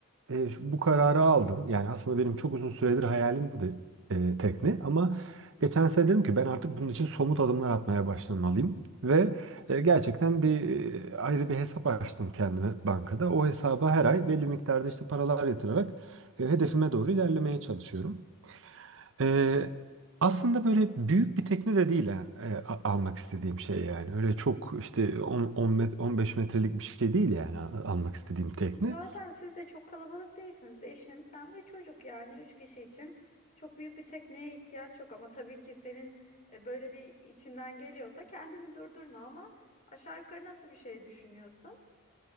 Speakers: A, on the right; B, on the left.
A: e, şu- bu kararı aldım. Yani aslında benim çok uzun süredir hayalimdi e, tekne ama geçen sene dedim ki ben artık bunun için somut adımlar atmaya başlamalıyım ve e, gerçekten bir e, ayrı bir hesap açtım kendime bankada. O hesaba her ay belli miktarda işte paralar yatırarak e, hedefime doğru ilerlemeye çalışıyorum. E, aslında böyle büyük bir tekne de değil ha, e, a- almak istediğim şey yani. Öyle çok işte 10, 15 metrelik bir şey değil yani a- almak istediğim tekne.
B: Zaten siz de çok kalabalık değilsiniz. Eşin, sen ve çocuk yani üç kişi için çok büyük bir tekneye ihtiyaç yok ama tabii ki senin e, böyle bir içinden geliyorsa kendini durdurma ama aşağı yukarı nasıl bir şey düşünüyorsun?